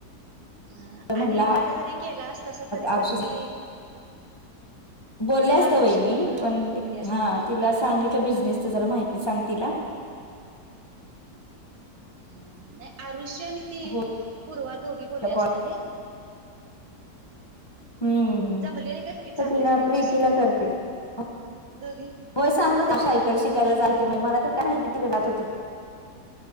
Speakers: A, on the right (about 65°); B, on the left (about 20°).
A: ह
B: तर म्हटलं
A: आणि एखादा जरी केला अस तस तरी
B: आरुषी
A: पण ते
B: बोलल्या अस
A: आरुषी
B: त्या वहिणी
A: बरोबर
B: पण
A: बोलली असती
B: हा
A: नाही
B: तिला सांगितलं बिझनेसच जरा माहिती सांग तिला
A: नाही आरुष्य आणि ती
B: हो
A: पूर्वा दोघी बोलल्या
B: कॉल
A: असत नाही.
B: हम्म हम्म
A: जमलेली गट्टी चांगलीच
B: तर तिला
A: त्यांची
B: प्रीतीला
A: सुट्टीत
B: करते. <inaudible>
A: दोघी
B: होय सांगत शाईकडे शिकायला जाातते मला तर काय माहिती तिकडे जातो ते